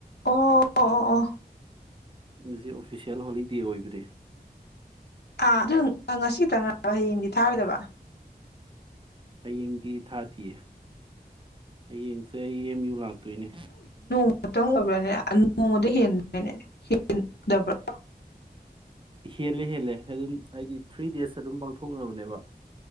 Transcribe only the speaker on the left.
ꯑꯣ ꯑꯣ ꯑ
ꯑꯥ ꯑꯗꯨ ꯉꯁꯤ ꯇꯪ ꯍꯌꯦꯡꯗꯤ ꯊꯥꯔꯣꯏꯗꯕ
ꯃꯇꯝꯇꯪ ꯑꯣꯏꯕ꯭ꯔꯥꯅꯦ ꯅꯣꯡꯃꯗ ꯍꯦꯟꯗ꯭ꯔꯅꯦ ꯍꯦꯟꯗꯕ꯭ꯔꯥ